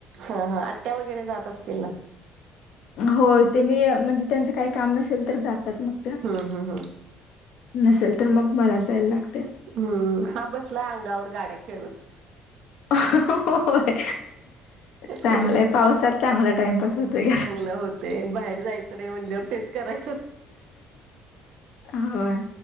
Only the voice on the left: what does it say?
हो ते मी म्हणजे त्यांचं काही काम नसेल, तर जातात मग त्या.
नसेल तर, मग मला जायला लागते.
होय. चांगलंय,
पावसात चांगला टाइमपास होतय.
होय